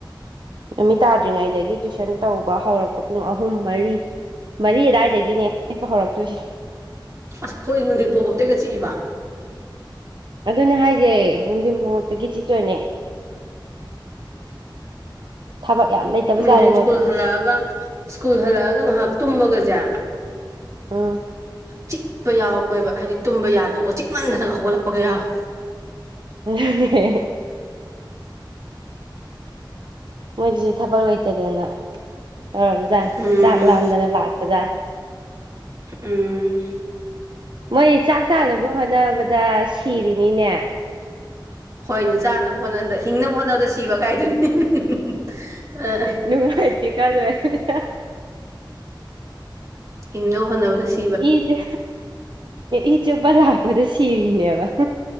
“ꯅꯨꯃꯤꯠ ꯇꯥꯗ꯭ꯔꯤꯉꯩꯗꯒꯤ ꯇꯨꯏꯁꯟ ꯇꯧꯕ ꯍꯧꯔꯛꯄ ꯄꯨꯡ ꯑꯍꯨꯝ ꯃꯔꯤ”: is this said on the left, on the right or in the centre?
Right